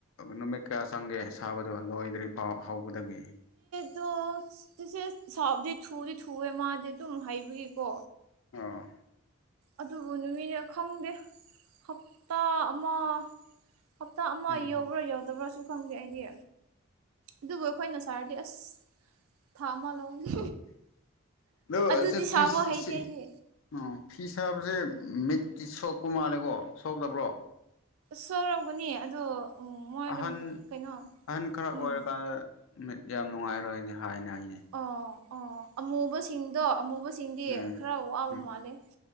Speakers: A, on the left; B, on the right.
A: ꯅꯨꯃꯤꯠ ꯀꯌꯥ ꯆꯪꯒꯦ ꯁꯥꯕꯗꯣ ꯂꯣꯏꯗ꯭ꯔꯤ ꯐꯥꯎ ꯍꯧꯕꯗꯒꯤ
B: ꯑꯗꯣ ꯆꯤꯆꯦ ꯁꯕꯗꯤ ꯊꯨꯗꯤ ꯊꯨꯋꯦ ꯃꯥꯗꯤ ꯑꯗꯨꯝ ꯍꯩꯕꯒꯤꯀꯣ
A: ꯑꯥ
B: ꯑꯗꯨꯕꯨ ꯅꯨꯃꯤꯠꯅ ꯈꯪꯗꯦ ꯍꯞꯇꯥ ꯑꯃ ꯍꯞꯇꯥ ꯑꯃ
A: ꯎꯝ
B: ꯌꯧꯕ꯭ꯔꯥ ꯌꯧꯗꯕ꯭ꯔꯥꯁꯨ ꯈꯪꯗꯦ ꯑꯩꯗꯤ ꯑꯗꯨꯕꯨ ꯑꯩꯈꯣꯏꯅ ꯁꯥꯔꯥꯗꯤ ꯑꯁ ꯊꯥ ꯑꯃ ꯂꯧꯅꯤ
A: ꯑꯗ‌ꯣ
B: ꯑꯗꯨꯗꯤ
A: ꯑꯁ‌ꯦ ꯐꯤꯁ‌
B: ꯁꯥꯕ ꯍꯩꯇꯦ
A: ꯑꯁꯤ
B: ꯑꯩꯗꯤ
A: ꯎꯝ ꯐꯤꯁꯥꯕꯥꯁꯦ ꯃꯤꯠꯇꯤ ꯁꯣꯛꯄ ꯃꯥꯜꯂꯦꯀꯣ ꯁꯣꯛꯇꯕ꯭ꯔꯣ
B: ꯁ‌ꯧꯛꯔꯝꯒꯅꯤ ꯑꯗꯣ ꯃꯣꯏꯗ
A: ꯑꯍꯟ
B: ꯀꯩꯅꯣ
A: ꯑꯍꯟ ꯈꯔ ꯑꯣꯏꯔꯀꯥꯟꯗ
B: ꯎꯝ
A: ꯃꯤꯠ ꯌꯥꯝ ꯅꯨꯡꯉꯥꯏꯔꯣꯏꯅꯦ ꯍꯥꯏꯅ ꯍꯥꯏꯅꯦ
B: ꯑꯣ ꯑꯣ ꯑꯃꯨꯕꯁꯤꯡꯗꯣ ꯑꯃꯨꯕ ꯁꯤꯡꯗꯤ
A: ꯎꯝ
B: ꯈꯔ ꯋꯥꯕꯥ
A: ꯎꯝ
B: ꯃꯥꯜꯂ‌ꯦ